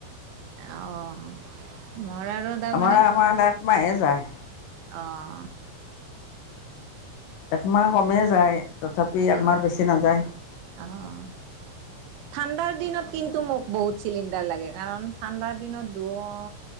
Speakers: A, on the right; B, on the left.
A: অ' মোৰ আৰু তাৰ
B: আমাৰ
A: মানে
B: আমাৰ একমাহে যায়
A: অ'।
B: একমাহ কমে যায়। তথাপি একমাহ
A: অ',
B: বেছি নাযায়
A: অ' ঠাণ্ডাৰ দিনত কিন্তু মোক বহুত চিলিণ্ডাৰ লাগে কাৰণ ঠাণ্ডাৰ দিনত দ